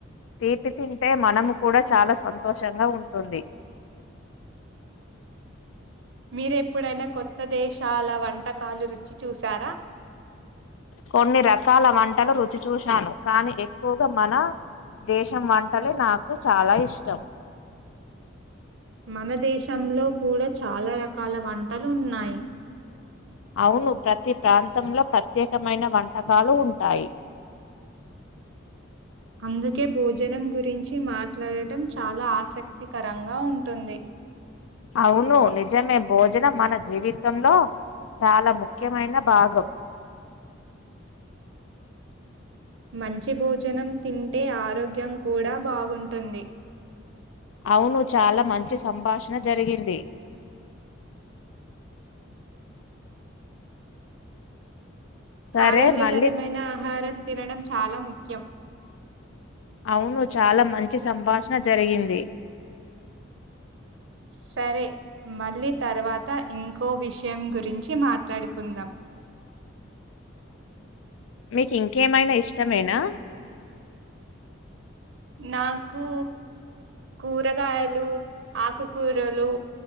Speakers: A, on the left; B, on the right.
A: తీపి తింటే మనము కూడా చాలా సంతోషంగా ఉంటుంది
B: మీరెప్పుడైనా కొత్త దేశాల వంటకాలు రుచి చూశారా
A: కొన్ని రకాల వంటలు రుచి చూశాను కానీ ఎక్కువగా మన దేశం వంటలే నాకు చాలా ఇష్టం
B: మన దేశంలో కూడా చాలా రకాల వంటలు ఉన్నాయి
A: అవును ప్రతి ప్రాంతంలో ప్రత్యేకమైన వంటకాలు ఉంటాయి
B: అందుకే భోజనం గురించి మాట్లాడటం చాలా ఆసక్తికరంగా ఉంటుంది
A: అవును నిజమే భోజనం మన జీవితంలో చాలా ముఖ్యమైన భాగం
B: మంచి భోజనం తింటే ఆరోగ్యం కూడా బాగుంటుంది.
A: అవును చాలా మంచి సంభాషణ జరిగింది. సరే
B: ఆరోగ్యకరమైన
A: మళ్ళీ
B: ఆహారం తినడం చాలా ముఖ్యం.
A: అవును చాలా మంచి సంభాషణ జరిగింది.
B: సరే, మళ్ళీ తర్వాత ఇంకో విషయం గురించి మాట్లాడుకుందాం.
A: మీకు, ఇంకేమైనా ఇష్టమేనా?
B: నాకూ, కూరగాయలు, ఆకుకూరలు.